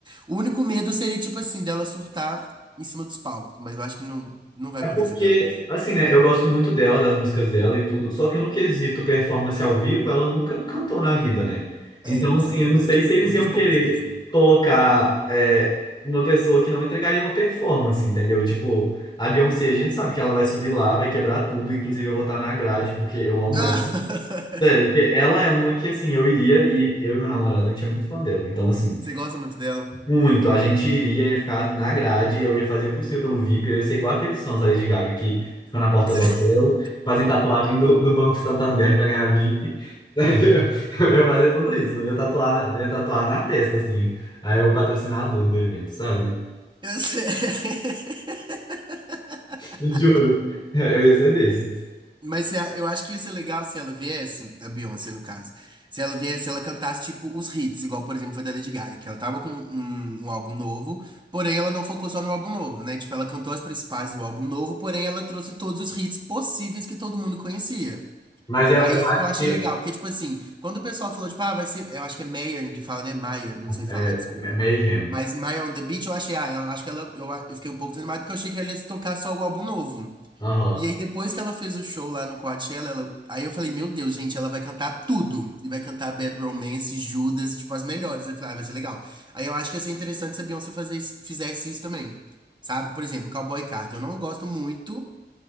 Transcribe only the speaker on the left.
É
porque,
assim, né, eu gosto muito dela, das músicas dela e tudo, só que no quesito performance ao vivo, ela nunca cantou na vida, né? Então,
assim,
eu não sei se eles
iam querer
colocar é, uma pessoa que não entregaria uma performance, entendeu? Tipo, a Beyoncé, a gente sabe que ela vai subir lá, vai quebrar tudo, inclusive eu vou estar na grade, porque eu amo
ela. Sério, porque ela é uma que, assim, eu iria e eu e meu namorado, a gente é muito fã dela. Então, assim.
Muito, a gente iria, ia ficar na grade, eu ia fazer o possível pelo VIP, eu ia ser igual aqueles sons da Lady Gaga que ficam na porta
do hotel, fazem tatuagem do, do Banco Santander para ganhar VIP. <laughs> Eu ia fazer tudo isso, eu ia tatuar, na- eu ia tatuar na testa, assim, aí o patrocinador do evento, sabe?
<laughs> Juro, eu ia ser desses.
Mas eu,
eu
acho
que
é,
Mayhem.
Aham.